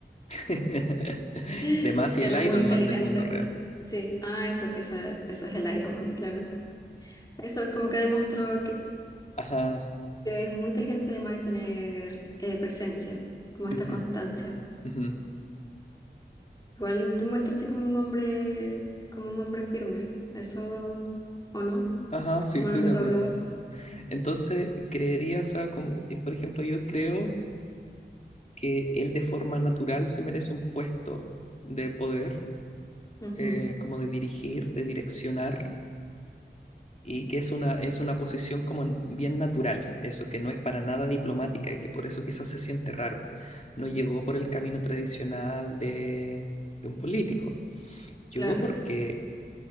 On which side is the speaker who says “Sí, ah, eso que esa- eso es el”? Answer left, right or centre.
Left